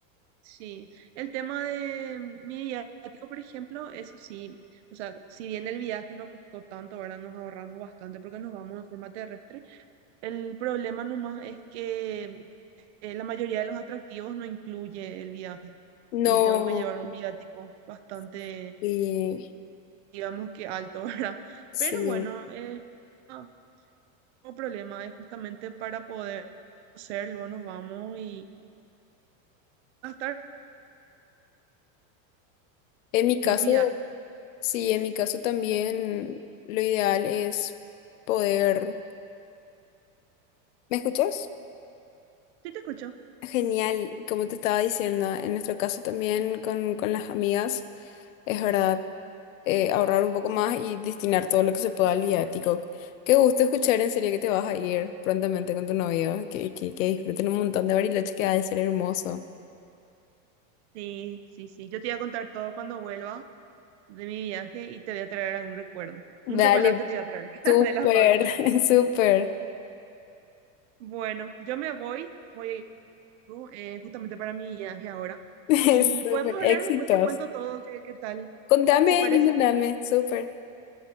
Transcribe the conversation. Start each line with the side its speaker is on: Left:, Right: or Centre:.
Right: Sí, el tema de mi viático, por ejemplo, eso sí, o sea, si bien el viaje no costó tanto, ahora nos ahorramos bastante porque nos vamos de forma terrestre. El problema nomás es que eh, la mayoría de los atractivos no incluye el viaje
Left: No,
Right: y tengo que llevar un viático bastante,
Left: sí,
Right: digamos que alto, <laughs> ¿verdad?
Left: sí.
Right: Pero bueno, eh, no, no problema, es justamente para poder hacerlo, nos vamos y gastar,
Left: En mi caso,
Right: no olvidar.
Left: Sí, en mi caso también lo ideal es poder... ¿Me escuchas?
Right: Sí, te escucho.
Left: Genial, como te estaba diciendo, en nuestro caso también con, con las amigas, es verdad, eh, ahorrar un poco más y destinar todo lo que se pueda al viático. Qué gusto escuchar, en serio que te vas a ir prontamente con tu novio, que, que, que disfruten un montón de Bariloche, que ha de ser hermoso.
Right: Sí, sí, sí. Yo te voy a contar todo cuando vuelva de mi viaje y te voy a traer algún recuerdo.
Left: Dale,
Right: Un chocolate te voy a traer
Left: súper,
Right: <laughs> de la fábrica.
Left: <laughs> súper,
Right: Bueno, yo me voy, voy a ir eh, justamente para mi viaje ahora.
Left: <laughs>
Right: Y
Left: súper,
Right: podemos hablar
Left: éxitos.
Right: después, te cuento todo, qué, qué tal.
Left: Contame
Right: ¿Te parece?
Left: y mandame, súper.